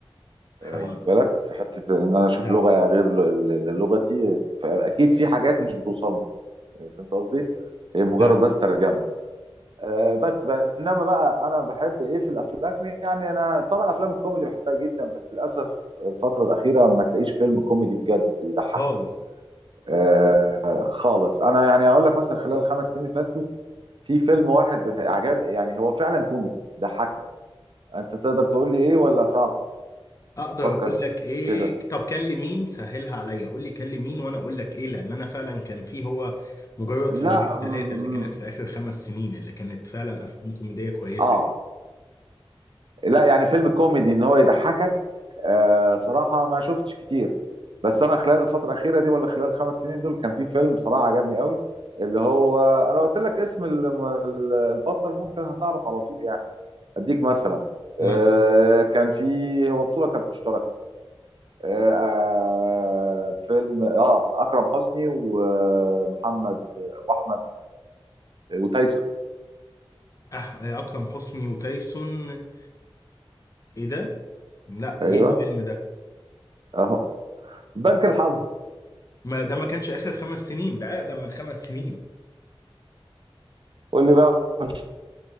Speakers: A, on the left; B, on the right.
A: حقيقي
B: واخد بالك في حته ان انا اشوف
A: فعلا
B: لغه غير ل- ل- لغتي فاكيد في حاجات مش بتوصلني فهمت قصدي هي مجرد
A: فعلا
B: بس ترجمه آه، بس بقى انما بقى انا بحب ايه في الافلام يعني انا طبعا افلام الكوميدي بحبها جدا بس للاسف الفتره الاخيره ما تلاقيش فيلم كوميدي بجد يضحك
A: خالص
B: آه خالص انا يعني اقول لك مثلا خلال الخمس سنين اللي فاتوا في فيلم واحد عجب يعني هو فعلا كوميدي ضحكني انت تقدر تقول لي ايه ولا صعب
A: اقدر
B: فكر
A: اقول لك ايه
B: كده
A: طب كان لمين سهلها عليا قول لي كان لمين وانا اقول لك ايه لان انا فعلا كان في هو مجرد
B: لا
A: فيلمين
B: م-
A: ثلاثه اللي كانت
B: م-
A: في اخر خمس سنين اللي كانت فعلا افلام كوميديه كويسه
B: اه
A: يعني
B: لا يعني فيلم كوميدي ان هو يضحكك آه صراحه ما شفتش كتير بس انا خلال الفتره الاخيره دي ولا خلال الخمس سنين دول كان في فيلم بصراحه عجبني قوي اللي هو انا قلت لك اسم الم- البطل ممكن هتعرف على طول يعني اديك مثلا آه،
A: مثلا
B: كان في هو بطوله كانت مشتركه آه، آه، فيلم اه اكرم حسني ومحمد واحمد آه، وتايسون
A: أح... اكرم حسني وتايسون ايه ده لا ايه
B: ايوه
A: الفيلم ده
B: اهو بنك الحظ
A: ما ده ما كانش اخر خمس سنين ده اقدم من خمس سنين
B: قول لي بقى ما